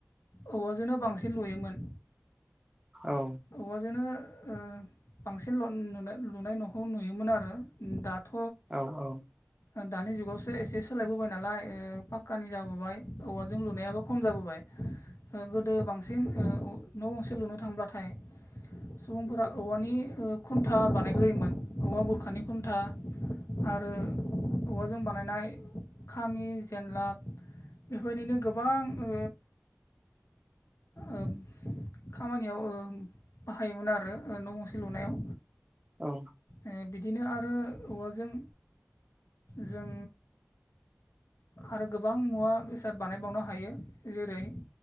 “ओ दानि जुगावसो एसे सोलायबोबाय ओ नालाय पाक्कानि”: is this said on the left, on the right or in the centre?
Left